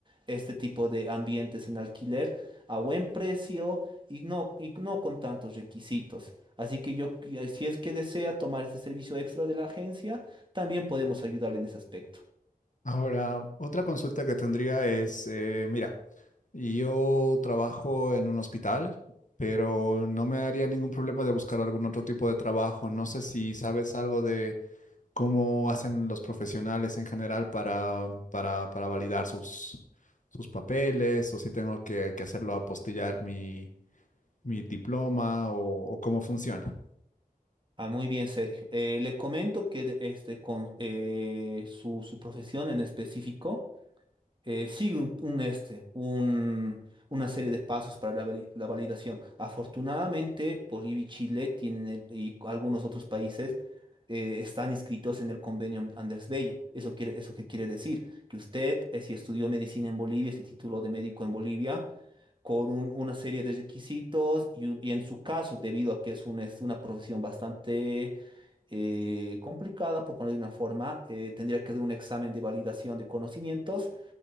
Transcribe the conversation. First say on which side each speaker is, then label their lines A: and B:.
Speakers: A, on the right; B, on the left.
A: este tipo de ambientes en alquiler a buen precio y no, y no con tantos requisitos. Así que yo, qui- si es que desea tomar este servicio extra de la agencia, también podemos ayudarle en ese aspecto.
B: Ahora, otra consulta que tendría es, eh, mira, yo trabajo en un hospital, pero no me haría ningún problema de buscar algún otro tipo de trabajo. No sé si sabes algo de cómo hacen los profesionales en general para, para, para validar sus, sus papeles o si tengo que, que hacerlo apostillar mi mi diploma o, o cómo funciona.
A: Ah, muy bien, Sergio. Eh, le comento que de- este, con eh, su, su profesión en específico eh, sigue un, un este, un- una serie de pasos para la, vali- la validación. Afortunadamente, Bolivia y Chile tienen el- y algunos otros países eh, están inscritos en el convenio An- Andrés Bello. Eso quiere, eso qué quiere decir que usted, eh, si estudió medicina en Bolivia, se tituló de médico en Bolivia, con un- una serie de requisitos y, un- y en su caso, debido a que es, un- es una profesión bastante eh, complicada, por ponerlo de una forma, eh, tendría que dar un examen de validación de conocimientos